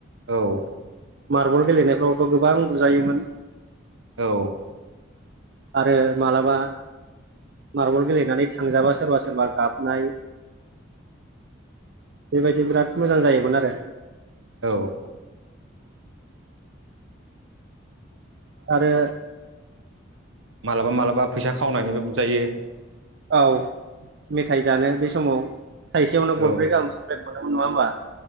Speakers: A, on the right (about 75°); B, on the right (about 55°).
A: औ
B: मार्बल गेलेनायफ्रावथ' गोबां बुजायोमोन।
A: औ।
B: आरो मालाबा मार्बल गेलेनानै थांजाबा सोरबा सोरबा गाबनाय बेबायदि बिराद मोजां जायोमोन आरो।
A: औ।
B: आरो
A: मालाबा मालाबा फैसा खावनायनिबो बुजायो
B: औ मेथाइ जानो बे समाव थाइसेयावनो
A: औ
B: गरब्रै गाहाम सक्लेट मोनो नङा होमबा